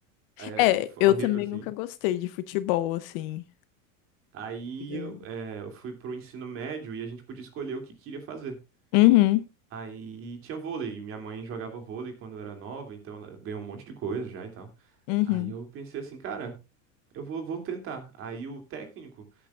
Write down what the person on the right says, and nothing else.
é
foi
horrível,
assim.
Aí
eu, é, eu fui pro ensino médio e a gente podia escolher o que queria fazer.
Aí tinha vôlei, e minha mãe jogava vôlei quando eu era nova, então ela ganhou um monte de coisa já e tal.
Aí eu pensei assim, cara, eu vou, vou tentar. Aí o técnico